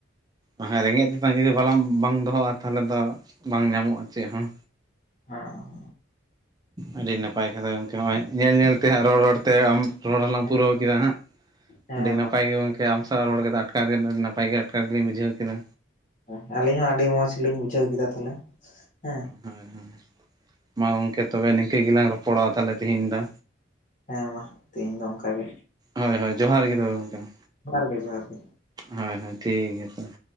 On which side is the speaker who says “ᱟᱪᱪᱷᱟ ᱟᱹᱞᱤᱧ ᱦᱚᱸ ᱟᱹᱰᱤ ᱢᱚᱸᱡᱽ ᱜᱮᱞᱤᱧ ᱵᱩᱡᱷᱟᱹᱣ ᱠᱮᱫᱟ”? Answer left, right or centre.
Left